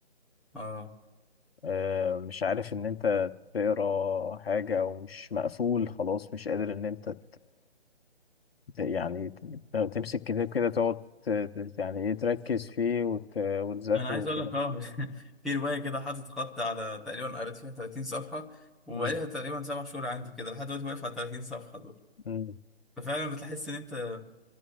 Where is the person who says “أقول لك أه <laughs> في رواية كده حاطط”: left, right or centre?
Centre